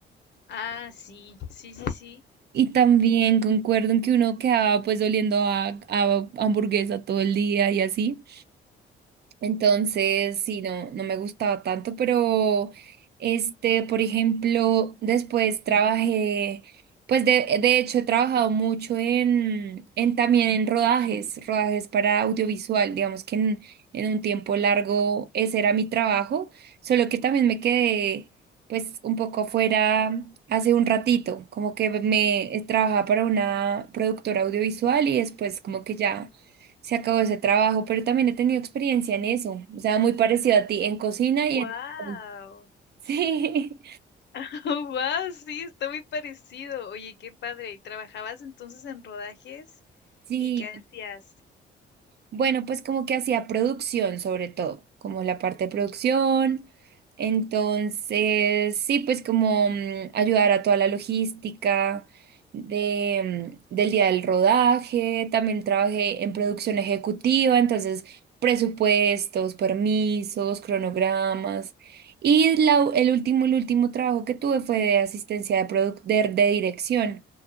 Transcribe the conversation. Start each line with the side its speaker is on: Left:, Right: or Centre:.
Left: Ah, sí, sí, sí, sí.
Right: y también concuerdo en que uno quedaba pues oliendo a, a hamburguesa todo el día y así. Entonces, sí, no, no me gustaba tanto, pero este, por ejemplo, después trabajé, pues de, de hecho he trabajado mucho en, en también en rodajes, rodajes para audiovisual, digamos que en, en un tiempo largo ese era mi trabajo, solo que también me quedé pues un poco afuera hace un ratito, como que me trabajaba para una productora audiovisual y después como que ya se acabó ese trabajo, pero también he tenido experiencia en eso, o sea, muy parecido a ti, en cocina y
Left: Wow,
Right: en... <laughs> Sí,
Left: <laughs> wow, sí, está muy parecido. Oye, qué padre. ¿Y ¿Trabajabas entonces en rodajes
Right: sí,
Left: y qué hacías?
Right: Bueno, pues como que hacía producción sobre todo, como la parte de producción. Entonces, sí, pues como mm, ayudar a toda la logística de, mm, del día del rodaje. También trabajé en producción ejecutiva, entonces presupuestos, permisos, cronogramas. Y la u- el último, el último trabajo que tuve fue de asistencia de, produc- de de dirección.